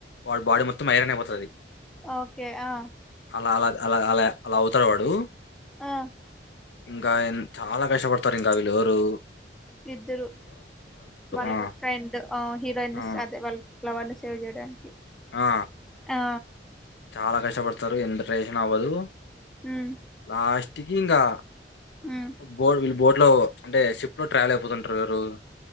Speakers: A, on the left; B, in the centre.
A: వాడి బాడీ మొత్ మొత్తం ఐరన్ అయిపోతది
B: ఓకే ఆ
A: అలా అలా అలా అలా అలా అవుతాడు వాడు
B: ఆ
A: ఇంకా చాలా కష్టపడతారు ఇంకా వీళ్ళు ఎవరు
B: ఇద్దరు వాళ్ళ
A: ఆ
B: ఫ్రెండ్ ఆ హీరోయిన్స్
A: ఆ
B: అదే వాళ్ళ లవర్ ని సేవ్ చేయడానికి
A: ఆ
B: ఆ
A: చాలా కష్టపడతారు ఎంత ట్రై చేసినా అవ్వదు
B: ఉమ్
A: లాస్ట్ కి ఇంగా
B: ఉమ్
A: బోన్ వీళ్ళ బోట్ లో అంటే షిప్ లో ట్రయలు అయిపోతుంటారు రోల్